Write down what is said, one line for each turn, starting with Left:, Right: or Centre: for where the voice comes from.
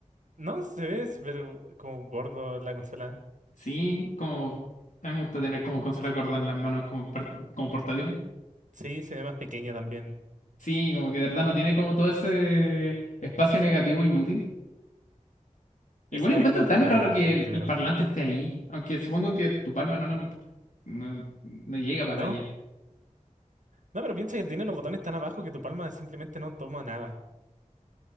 Right: no se ve, pero como gordo la consola.
Left: Sí, como. A mí me gusta tener como consola gorda en las manos como, par- como portátiles.
Right: Sí, se ve más pequeña también.
Left: Sí, como que de verdad no tiene como todo ese espacio negativo inútil. Igual
Right: Eh, Se
Left: encuentro
Right: ve como un
Left: tan
Right: prototipo,
Left: raro que
Right: el
Left: el,
Right: primero.
Left: el parlante esté ahí. Aunque supongo que tu palma no lo. No, no llega para
Right: ¿No?
Left: allá
Right: No, pero piensa que tiene los botones tan abajo que tu palma simplemente no toma nada.